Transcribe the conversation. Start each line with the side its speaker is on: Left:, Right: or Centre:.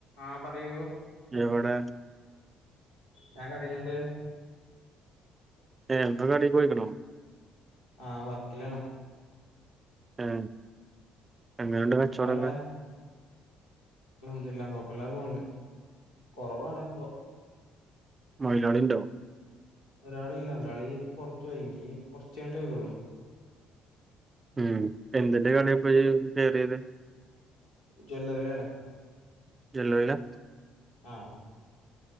Left: ആ പറയൂ.
Right: എവിടെ
Left: ഞാൻ കടേല്ണ്ട്.
Right: എന്ത് കടേ പോയ്ക്കണൂ.
Left: ആ വർക്കിലാണ്.
Right: ഏ എങ്ങനേണ്ട് കച്ചോടൊക്കെ.
Left: നിങ്ങളെവിടെ ഇതെല്ലാ. കുഴപ്പമില്ലാതെ പോവണ്ട്. കൊറവാണ് ഇപ്പൊ
Right: മൊയ്ലാളീണ്ടോ?
Left: ഒരാളില്ല. ഒരാള് പുറത്തുപോയി ഇനി കുറച്ചു കഴിഞ്ഞിട്ടാ വരൊള്ളു.
Right: ഉം എന്തിന്റെ കടയാ ഈ ഇപ്പെ കയറിയത്.
Left: ജ്വല്ലറിയിലാണ്.
Right: ജ്വല്ലറിയിലാ.
Left: ആ